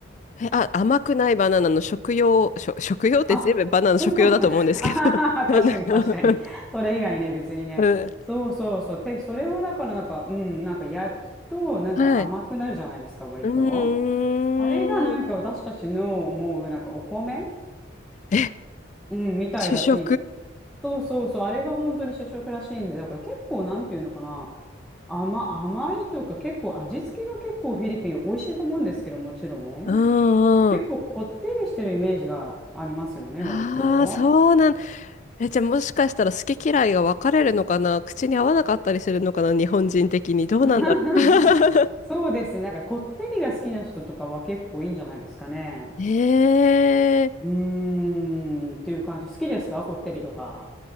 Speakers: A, on the left; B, in the centre.
A: え、あ、甘くないバナナの食用、しょ食用って全部バナナの食用だと思うんですけど。
B: あ、それかも。<laughs> あはは確かに確かに。
A: <laughs>
B: それ以外ね、別にね。
A: うん
B: そうそうそう。で、それをだからなんか、うん、なんか焼くと、なんか甘くなるじゃないですか、
A: はい。
B: 割と。
A: うーん。
B: あれがなんか私たちの思う、なんかお米、
A: え、
B: うん、みたいだし、
A: 主食
B: そうそうそう、あれが本当に主食らしいんで、だから結構なんていうのかな、甘、甘いとか結構味付けが結構フィリピン美味しいと思うんですけど、もちろん。
A: うんうん。
B: 結構こってりしてるイメージがありますよね、
A: ああ、
B: 割と。
A: そうなん。え、じゃあもしかしたら好き嫌いが分かれるのかな口に合わなかったりするのかな日本人的に。どうなんだろ
B: <laughs>
A: う。
B: そうですね。なんかこってりが好きな人とかは結構いいんじゃないですかね。
A: <laughs> ええ
B: うーん、っていう感じ。好きですかこってりとか。